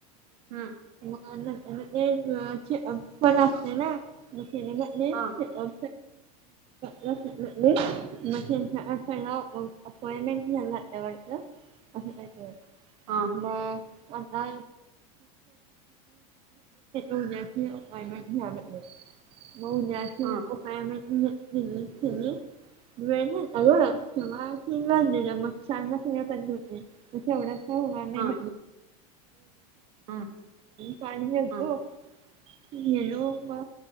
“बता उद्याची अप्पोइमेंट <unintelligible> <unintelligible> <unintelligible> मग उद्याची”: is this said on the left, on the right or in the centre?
Right